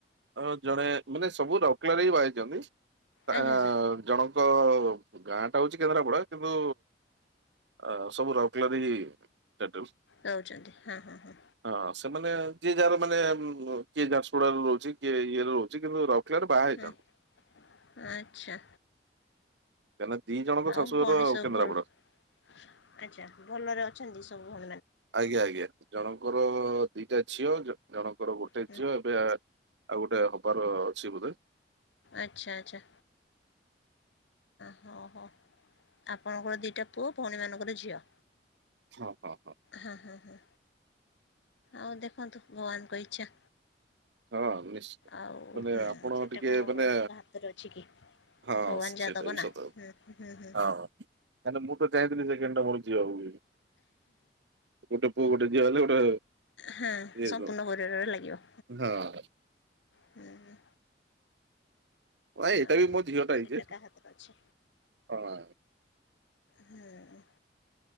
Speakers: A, on the right; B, on the left.
A: ଆଉ ଜଣେ ମାନେ ସବୁ ରକଲ ହି ବାହାଇଛନ୍ତି ତା
B: ଆଚ୍ଛା
A: ଆ
B: ଆଚ୍ଛା
A: ଜଣଙ୍କ ଗାଁ ଟା ହଉଛି କେନ୍ଦ୍ରାପଡା କିନ୍ତୁ ଆ ସବୁ ରକଲାରି ଚାଟାକୁ
B: ରହୁଛନ୍ତି ହଁ ହଁ ହଁ
A: ହଁ ସେମାନେ ଯିଏ ଯାହାର ମାନେ ଉ କିଏ ଝାରସୁଡା ରହୁଛି କିଏ ଇଏରେ ରହୁଛି କିନ୍ତୁ ରାଉରକେଲାରେ ବାହା ହେଇଛନ୍ତି
B: ହଁ ଆଚ୍ଛା
A: କାହିଁକିନା ଦି ଜଣଙ୍କ
B: ଆଉ
A: ଶାଶୁଘର
B: ଭଉଣୀ ସବୁ
A: କେନ୍ଦ୍ରାପଡା
B: ଭଲ ଆଚ୍ଛା ଭଲରେ ଅଛନ୍ତି ସବୁ ଭଉଣୀ
A: ଆଜ୍ଞା ଆଜ୍ଞା ଜଣଙ୍କର ଦିଟା ଝିଅ ଜ ଜଣଙ୍କର ଗୋଟେ
B: ହୁଁ
A: ଝିଅ ଏବେ ଆଉ ଗୋଟେ ହବାର ଅଛି ବୋଧେ।
B: ଆଚ୍ଛା ଆଚ୍ଛା। ହଁ ହଁ ଆପଣଙ୍କର ଦିଇଟା ପୁଅ ଭଉଣୀମାନଙ୍କର ଝିଅ।
A: ହଁ ହଁ
B: ହଁ ହଁ ହଁ। ଆଉ ଦେଖନ୍ତୁ ଭଗବାନଙ୍କ ଇଚ୍ଛା।
A: ହଁ ହଁ ନିଶ୍ଚୟ
B: ଆଉ
A: ମାନେ
B: ହଁ
A: ଆପଣ
B: ସେଇଟା
A: ଟିକେ
B: କଣ
A: ମାନେ
B: ମଣିଷଙ୍କ ହାତରେ ଅଛି କି?
A: ହଁ।
B: ଭଗବାନ
A: <unintelligible> ସତ।
B: ଯାହା ଦବ ନା ହୁଁ ହୁଁ ହୁଁ
A: ହଁ କାହିଁକିନା ମୁଁ ତ ଚାହିଁଥିଲି ସେକେଣ୍ଡଟା ମୋର ଝିଅ ହବ ବୋଲି। ଗୋଟେ ପୁଅ ଗୋଟେ ଝିଅ ହେଲେ ଗୋଟେ
B: ହଁ
A: ଇଏ
B: ସମ୍ପୂର୍ଣ୍ଣ
A: ତ।
B: ପରିବାର ଭଳି ଲାଗିବ।
A: ହଁ।
B: ହୁଁ ହୁଁ।
A: ଏଇଟା
B: ଆଉ
A: ବି ମୋ ଝିଅଟା ହେଇଚି
B: ସେଇଟା
A: ଯେ।
B: କାହା ହାତରେ ଅଛି
A: ହଁ।
B: ହୁଁ।